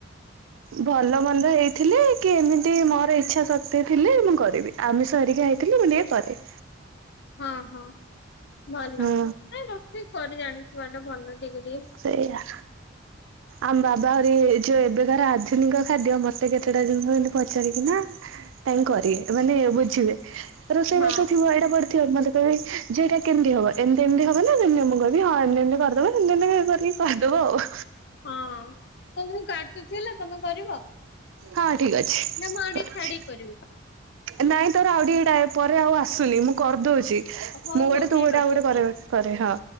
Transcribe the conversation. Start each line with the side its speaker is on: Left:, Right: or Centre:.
Right: ଭଲ ମନ୍ଦ ହେଇଥିଲେ କି ଏମିତି ତି ମୋର ଇଛା ଶକ୍ତି ଥିଲେ ମୁଁ କରିବି ଆମିଶ ହେରିକା ହେଇଥିଲ ମୁଁ ଟିକେ କରେ
Left: ହଁ ହଁ ଭଲ
Right: ହଁ
Left: ନାଇ ରୋଷେଇ କରି ଜାଣି ଥିବାଟା ଭଲ ଠିକ ଅଛି
Right: ସେଇଆ ଆମ ବାବା ଆହୁରି ଯୋଉ ଏବେକାର ଆଧୁନିକ ଖାଦ୍ୟ ମୋତେ କେତେଟା ଜିନିଷ ଏତି ପଚାରିକି ନା କାଇ କରିବେ ମାନେ ବୁଝିବେ ରୋଷେଇ
Left: ହଁ
Right: ବାସ ଥିବ ଏଇଟା ପଢ ମୋତେ କହିବେ ଝିଅ ଏଇଟା କେମତି ହବ ଏମତି ଏମତି ହବ ନା କେମିତି ହବ କହୀବି ହଁ ଏମତି ଏମିତି କରିଦବ ସେମତି କରିକି କହିଦବ ଆଉ
Left: ହଁ ହଉ ମୁଁ କାଟୁଛି ହେଲା ତମେ କରିବ
Right: ହଁ ଠିକ ଅଛି
Left: ନା ମ ଆ
Right: କରୁଛି।
Left: ଟିକେ ଛାଡିକି କରିବ
Right: ନାଇଁ ତୋର ଆଉ ଟିକେଟା ପରେ ଆଉ ଆସୁନି ମୁଁ କରିଦଉଛି ମୁଁ
Left: ହଉ ହଉ
Right: ଗୋଟେ
Left: ଠିକ
Right: ତୁ ଗୋଟେ
Left: ଅଛି
Right: ଆଉ ଗୋଟେ
Left: ଠିକ
Right: କରରେ
Left: ଅଛି।
Right: କରେ ହଁ।